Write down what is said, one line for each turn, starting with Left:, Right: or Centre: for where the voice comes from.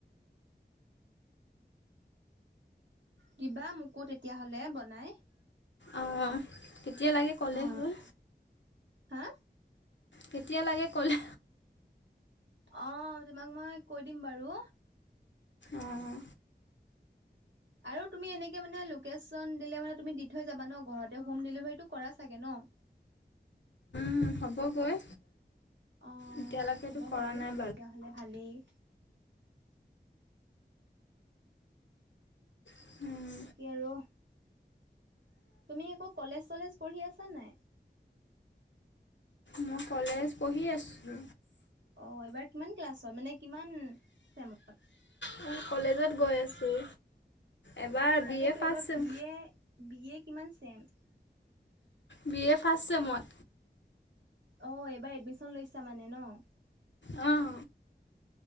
Right: দিবা মোকো তেতিয়া হ'লে বনাই।
Left: অঁ কেতিয়া লাগে ক'লে
Right: অ
Left: হ'ল।
Right: হা
Left: কেতিয়া লাগে ক'লে
Right: অ', তোমাক মই কৈ দিম বাৰু।
Left: অঁ
Right: আৰু তুমি এনেকে মানে লোকেশ্যন দিলে মানে তুমি দি থৈ যাবা ন' ঘৰতে? হোম ডেলিভাৰীটো কৰা চাগে নহ?
Left: উম, হ'বগৈ।
Right: অ',
Left: এতিয়ালৈকেতো
Right: হ'ব
Left: কৰা
Right: বাৰু,
Left: নাই
Right: তেতিয়া হ'লে ভালেই।
Left: বাৰু
Right: তাকে আৰু তুমি একৌ কলেজ-চলেজ পঢ়ি আছা নাই?
Left: মই কলেজ পঢ়ি আছোঁ।
Right: অ', এইবাৰ কিমান ক্লাছত? মানে কিমান চেমত?
Left: মই কলেজত গৈ আছোঁ। এবাৰ
Right: তাকেতো
Left: বি এ ফাৰ্ষ্ট
Right: এইবাৰ
Left: sem
Right: B A, B A কিমান চেম?
Left: বি এ ফাষ্ট চেমত।
Right: অ', এইবাৰ এডমিশ্যন লৈছা মানে নহ?
Left: উম।